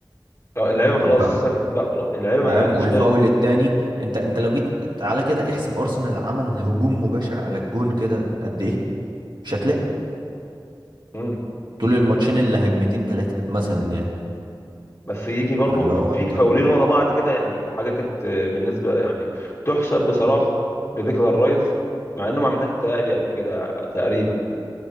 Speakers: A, on the left (about 35°); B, on the right (about 65°).
A: آه، اللعيبه ما خلاص
B: والف...
A: سكتت بقى خلاص اللعيبه ما
B: فاهم
A: يلعبوش
B: والفاول
A: تاني
B: التاني انت انت لو جيت تعالى كده احسب ارسنال عمل هجوم مباشر على الجون كده قد ايه مش هتلاقي
A: امم
B: طول الماتشين اللي هجمتين ثلاثة مثلا يعني
A: بس يجي برضو
B: فاللي
A: فيك
B: هو انت
A: فاولين ورا بعض كده يعني حاجه كانت آه، بالنسبه يعني تحسب بصراحه لديكلان رايس مع انه ما عملهاش بتهيألي قبل كده تقريبا